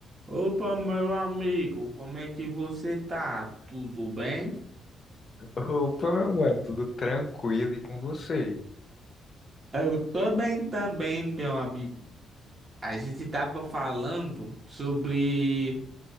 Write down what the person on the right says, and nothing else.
Opa, meu amigo, como é que você tá? Tudo bem?
Eu tô bem também, meu amigo. A gente tava falando sobre